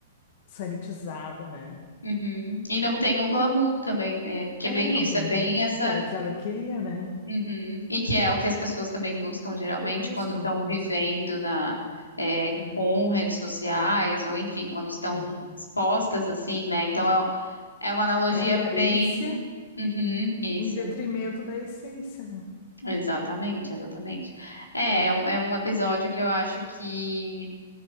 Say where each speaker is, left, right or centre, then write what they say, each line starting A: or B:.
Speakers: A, on the left; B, on the left.
A: sanitizada, né?
B: Uhum. E não tem o glamour também, né? Porque
A: É,
B: é bem
A: não
B: isso,
A: tem.
B: é bem essa.
A: Que era o que ela queria, né?
B: Uhum. E que é o que as pessoas também buscam geralmente
A: Pro- Buscam,
B: quando estão
A: com
B: vivendo
A: certeza.
B: na, é,
A: É,
B: com redes sociais, ou enfim, quando estão
A: é.
B: expostas assim, né? Então é, é uma analogia
A: É aparência.
B: bem. Uhum, isso,
A: Em detrimento da essência, né?
B: exatamente, exatamente. É,
A: É,
B: é um, é um episódio que eu acho que